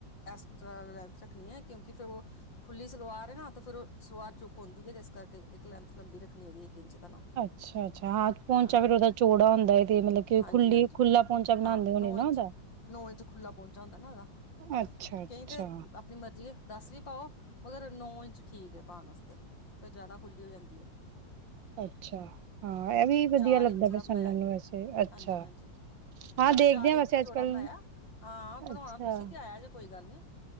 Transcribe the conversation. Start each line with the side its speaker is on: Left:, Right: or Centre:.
Left: ਐਕਸਟਰਾ ਲੈਂਥ ਰੱਖਨੀ ਏ, ਕਿਉਕਿ ਫੇਰ ਉ ਖੁੱਲੀ ਸਲਵਾਰ ਏ ਨਾ ਤਾਂ ਫੇਰ ਉ ਸਲਵਾਰ ਚੁੱਕ ਆਂਦੀ ਏ, ਇਸ ਕਰਕੇ ਇੱਕ ਲੈਂਥ ਲੰਬੀ ਰੱਖਨੀ ਹੁੰਦੀ ਇੱਕ ਇੰਚ ਤਾ ਨਾ।
Right: ਅੱਛਾ-ਅੱਛਾ ਹਾਂ ਪੋਂਚਾ
Left: ਹਾਂ
Right: ਫੇਰ ਉਦਾ ਚੋੜਾ ਹੁੰਦਾ ਏ ਤੇ ਮਲਬ ਕਿ
Left: ਹਾਂਜੀ
Right: ਖੁੱਲੀ
Left: ਹਾਂਜੀ
Right: ਖੁੱਲਾ ਪੋੰਚਾ ਬਨਾਦੇ
Left: ਹਾਂ
Right: ਹੋਨੇ
Left: ਨੌ
Right: ਨਾ
Left: ਇੰਚ
Right: ਉਦਾ।
Left: ਨੌ ਇੰਚ ਖੁੱਲਾ ਪੋੰਚਾ ਹੁੰਦਾ ਨਾ ਉਦਾ।
Right: ਅੱਛਾ-ਅੱਛਾ,
Left: ਕਈ ਤੇ ਅਪਨੀ ਮਰਜ਼ੀ ਏ ਦਸ ਵੀ ਪਾਓ, ਮਗਰ ਨੌ ਇੰਚ ਠੀਕ ਏ ਪਾਨ ਵਸਤੇ ਫੇਰ ਜਾਦਾ ਖੁੱਲੀ ਹੋ ਜਾਂਦੀ ਏ।
Right: ਅੱਛਾ, ਹਾਂ ਐ ਵੀ
Left: ਚਾਰ
Right: ਵਧੀਆ ਲੱਗਦਾ
Left: ਇੰਚ ਦਾ
Right: ਪਿਆ
Left: ਬਨਾਇਆ
Right: ਸੁਣਨ
Left: ਸੀ।
Right: ਨੂੰ ਵੈਸੇ ਅੱਛਾ
Left: ਹਾਂਜੀ-ਹਾਂਜੀ
Right: ਹਾਂ
Left: ਮੈਂ ਤੇ
Right: ਦੇਖਦੇ
Left: ਚਾਰ ਇੰਚ
Right: ਆ ਵੈਸੇ
Left: ਹੀ
Right: ਅੱਜ-ਕੱਲ
Left: ਚੌੜਾ ਬਨਾਇਆ, ਹਾਂ ਬਣਵਾਨਾ
Right: ਅੱਛਾ,
Left: ਤੁਸੀਂ ਤੇ ਆਇਆ ਜੇ ਕੋਈ ਗੱਲ ਨੀ।